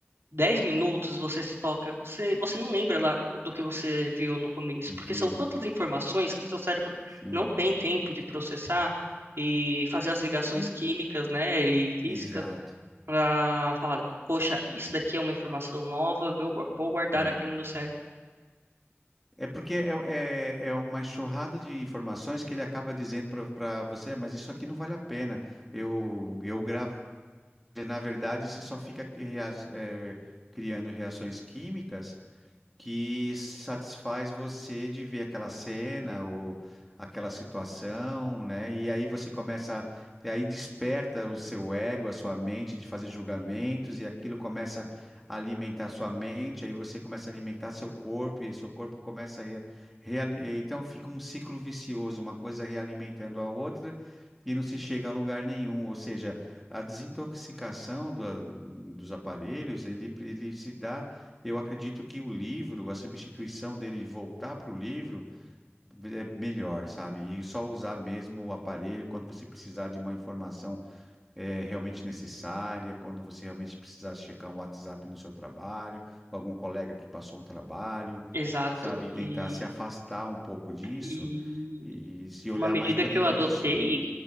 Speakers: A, on the right; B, in the centre.
A: 10 minutos você se toca, você, você não lembra lá do que você viu no começo, porque
B: Viu?
A: são tantas informações que o seu cérebro
B: Sim.
A: não tem tempo de processar e fazer as ligações
B: E-
A: químicas, né, e físicas
B: Exato.
A: para falar, poxa, isso daqui é uma informação nova, eu vou vou guardar
B: É.
A: aqui no meu cérebro.
B: É porque é, é, é uma enxurrada de informações que ele acaba dizendo para você, "Ah, mas isso aqui não vale a pena. Eu, eu gravo Na verdade, você só fica cria- eh, criando reações químicas que satisfaz você de ver aquela cena ou aquela situação, né? E aí você começa, e aí desperta o seu ego, a sua mente de fazer julgamentos e aquilo começa a alimentar a sua mente, aí você começa a alimentar seu corpo e seu corpo começa a re, reali- então fica um ciclo vicioso, uma coisa realimentando a outra. E não se chega a lugar nenhum, ou seja, a desintoxicação do- dos aparelhos, ele, ele se dá eu acredito que o livro, a substituição dele voltar para o livro é melhor, sabe? E só usar mesmo o aparelho quando você precisar de uma informação eh, realmente necessária, quando você realmente precisar checar um WhatsApp no seu trabalho, ou algum colega que passou um trabalho,
A: Exato.
B: sabe?
A: E,
B: E tentar se afastar um pouco disso
A: e
B: e se olhar
A: uma medida
B: mais para
A: que
B: dentro
A: eu adotei
B: de si.